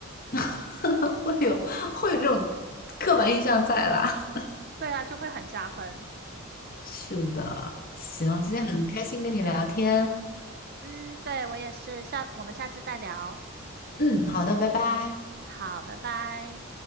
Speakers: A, on the left (about 40°); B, on the right (about 45°).
A: <laughs> 会有会有这种刻板印象在啦。
B: 对啊，就会很加分。
A: <laughs> 是的，行，今天很开心跟你聊天，
B: 嗯，对，我也是，下我们下次再聊。
A: 嗯，好的，拜拜。
B: 好，拜拜。